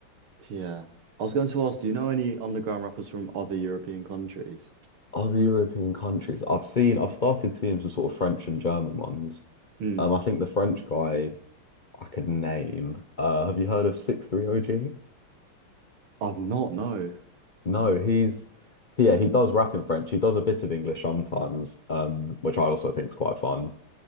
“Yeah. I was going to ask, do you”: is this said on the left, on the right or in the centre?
Right